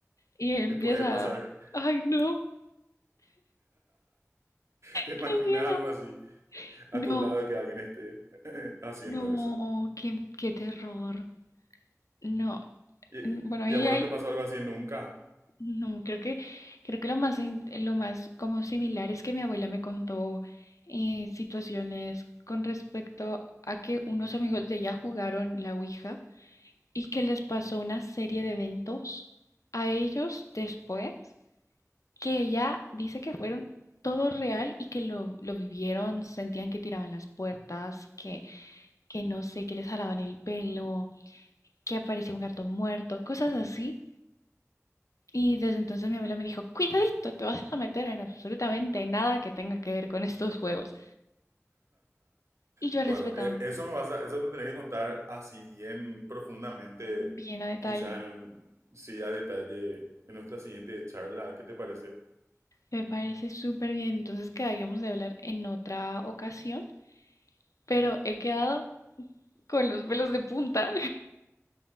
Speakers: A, on the left; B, on the right.
A: y empieza.
B: <laughs> Puede pasar.
A: Ay, no,
B: ¿Te imaginas
A: qué miedo.
B: algo así a
A: No,
B: tu lado que alguien esté <laughs> haciendo
A: no,
B: eso?
A: qué, qué terror. No.
B: ¿Y,
A: N- Bueno, ahí
B: y a vos
A: hay,
B: no te pasó algo así nunca?
A: no, creo que, creo que lo más, in- lo más como similar es que mi abuela me contó eh, situaciones con respecto a que unos amigos de ella jugaron la Ouija y que les pasó una serie de eventos a ellos después que ella dice que fueron todo real y que lo, lo vivieron, sentían que tiraban las puertas, que, que no sé, que les jalaban el pelo, que aparecía un gato muerto, cosas así. Y desde entonces mi abuela me dijo, cuidadito, te vas a meter en absolutamente nada que tenga que ver con estos juegos. Y yo
B: Bueno,
A: he respetado
B: e- eso me vas a- eso te tenés que contar así bien profundamente,
A: bien a detalle.
B: quizás en un, sí a detalle en nuestra siguiente charla. ¿Qué te parece?
A: Me parece súper bien. Entonces quedaríamos de hablar en otra ocasión, pero he quedado con los pelos de punta.